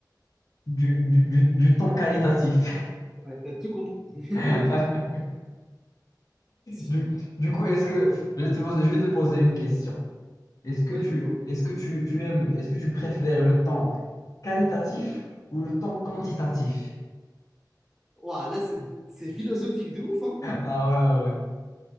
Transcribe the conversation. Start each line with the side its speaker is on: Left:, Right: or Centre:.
Left: Du, du, du, du temps qualitatif.
Centre: Ouais, t'as tout compris. <laughs>
Left: <laughs>
Centre: Si-
Left: Du, du coup, est-ce que je vais te poser, je vais te poser une question. Est-ce que
Centre: Ouais,
Left: tu,
Centre: dis-moi.
Left: est-ce que tu, tu aimes, est-ce que tu préfères le temps qualitatif ou le temps quantitatif? <laughs>
Centre: Ouah, là, c'est c'est philosophique de ouf, hein.
Left: Ah ouais, ouais, ouais.